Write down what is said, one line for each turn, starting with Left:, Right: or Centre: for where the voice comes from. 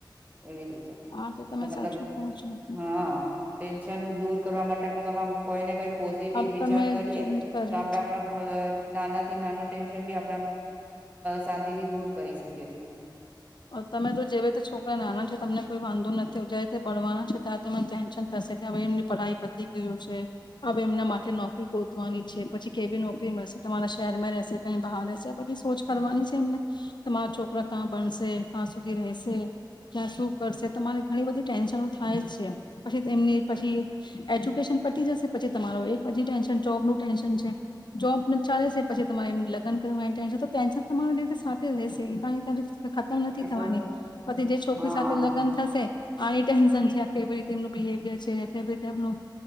Right: એવી રીતે
Left: આ તો તમે
Right: મતલબ
Left: સાચું કહો છો
Right: હા ટટેન્શન દૂર કરવા માટે મતલબ આમ કોઈ ને કઈ પોઝિટિવ
Left: આપ
Right: વિચાર
Left: તમે
Right: કરીએ
Left: કરીએ
Right: તો આપડે
Left: છે
Right: આપણા નાના થી નાનો ટેન્શની આપ શાંતિથી દૂર કરી શકીએી
Left: તમે જો જે રીતે છોકરા નાના છે તમને કોઈ વાંધો નથી જાયીતે ભણવાના છે ત્યાં ત ટેન્શન થશે કે હવે એમની પઢાઈ પતી ગયું છે હવે એમના માટે નોકરી ગોતવાની છે પછી કેવી નોકરી મળશે તમારા શહેરમાં રહેશે કઈ બહાર રહેશે બધી સોચ કરવાની છે એમને તમા મારા છોકરા ક્યાં ભણશે ક્યાં સુધી રહેશે ક્યાં શું કરશે તમારે ઘણી બધી ટેન્શનો થાય જ છે પછી એની પછી એજ્યુકેશન પટી જશે પછી તમાર એક પછી ટેન્શન જોબ નું ટેન્શન છે જોબ ચાલે છે પછી તમારે એમ લગન કરવાની ટેન્ તો ટેન્શન તમારી લીધ સાથે રહેશે ખતમ નથી
Right: એ
Left: થવાની
Right: તો
Left: પછી જે છોકરી
Right: હા
Left: સાથે લગ્ન થશે આની ટેન્શન છે આ કેવી રીતે એમનું બિવિયર છે કેવી રીતે એમનું